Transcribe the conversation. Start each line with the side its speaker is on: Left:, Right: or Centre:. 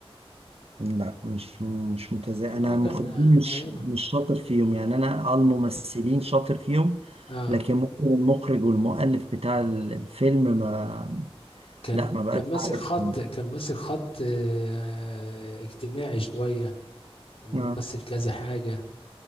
Right: لا مش مش متزا
Left: اللي
Right: انا
Left: هو
Right: المخرجين
Left: كان آه،
Right: مش
Left: ايام
Right: مش شاطر فيهم يعني انا آه الممثلين شاطر فيهم
Left: اه
Right: لكن ممكن المخرج والمؤلف بتاع الفيلم ما
Left: كان
Right: لا ما بقاش
Left: كان ماسك
Right: عارفهم
Left: خط كان ماسك خط آه اجتماعي شوية ومثل
Right: آه.
Left: كذا حاجة